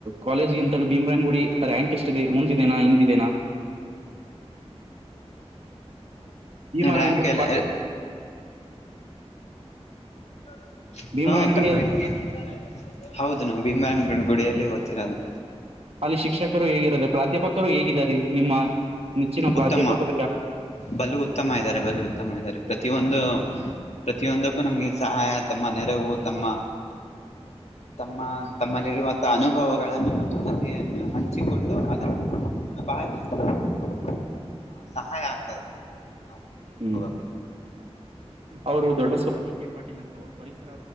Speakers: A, on the right; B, on the left.
A: ಕಾಲೇಜ್ಗಿಂತಲ್ಲೂ ಭೀಮ್ರಾಯನ್ ಗುಡಿ ರಾಂಕ್ ಎಷ್ಟಿದೆ ಮುಂದಿದೆನಾ ಹಿಂದ ಇದೇನಾ ಭೀಮರಾಯನಗುಡಿ
B: ರಾಂಕ ಎಲ್ಲ <unintelligible>
A: ಭೀಮರಾಯನಗುಡಿ ಎಲ್ಲಿ
B: ಹೌದು ನಾವು ಭೀಮ್ರಯ ಗುಡಿಯಲ್ಲಿ ಓದ್ತಿರೋದು
A: ಅಲ್ಲಿ ಶಿಕ್ಷಕರು ಹೇಗಿರೋದ ಪ್ರಾಧ್ಯಾಪಕರು ಹೇಗಿದ್ದಾರೆ ನಿಮ್ಮ ನೆಚ್ಚಿನ
B: ಉತ್ತಮ
A: ಪ್ರಾಧ್ಯಾಪಕರು ಯಾರು?
B: ಬಲು ಉತ್ತಮ ಇದ್ದಾರೆ ಬಲು ಉತ್ತಮ ಇದಾರೆ ಪ್ರತಿಯೊಂದು ಪ್ರತಿಯೊಂದಕ್ಕೂ ನಮಗೆ ಸಹಾಯ ತಮ್ಮ ನೆರವು ತಮ್ಮ ತಮ್ಮ ತಮ್ಮಲ್ಲಿರುವಂತ ಅನುಭವಗಳನ್ನು ತಮ್ಮ ಜತೆಯನ್ನು ಹಂಚಿಕೊಂಡು ಅದನ್ನು ನಮಗೆ ಬಹಳ <unintelligible> ಸಹಾಯ ಆಗ್ತದ ನಾವ್ ಮುಂದೆ
A: ಹ್ಮ್
B: ಹೋಗೋಕೇ
A: ಅವರು ದೊಡ್ಡಬಸವ ಡಿ ಕೆ ಪಾಟೀಲ್ ಅಂತ ಅವರು ಪರಿಸರ